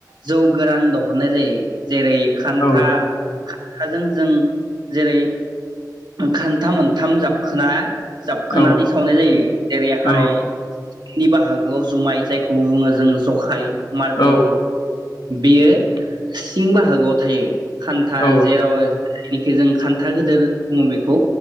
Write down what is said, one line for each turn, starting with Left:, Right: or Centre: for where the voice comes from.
Right: जौ गोरान दहनाय जायो। जेरै खान्था
Left: औ
Right: खाजों जों जेरै खान्था मोनथाम जाबखोना जाबखोनानै
Left: औ
Right: सावनाय जायो। जेरैहाय
Left: औ
Right: नि बाहागोआव जुमाय जायखौ बुङो जों जखाय मार
Left: औ
Right: बुङो। बेयो सिं बाहागोआव थायो। खान्था
Left: औ
Right: जेराव जायनिखि जों खान्था गोदोर बुङो बेखौ।